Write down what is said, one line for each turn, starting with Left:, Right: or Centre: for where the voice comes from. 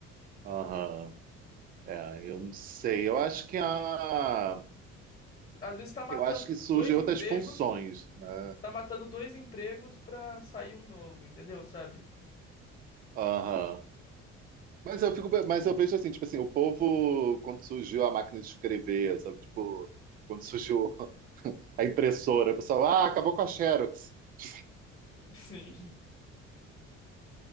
Right: Aham. É, eu não sei. Eu acho que a,
Left: Às vezes tá matando
Right: Eu acho que surgem
Left: dois empregos,
Right: outras funções, né?
Left: tá matando dois empregos pra sair um novo, entendeu? Sabe?
Right: Aham. Mas eu fico, mas eu vejo assim, tipo assim, o povo, quando surgiu a máquina de escrever, sabe? Tipo, quando surgiu a impressora, o pessoal, ah, acabou com a Xerox. <laughs>
Left: <laughs> Sim.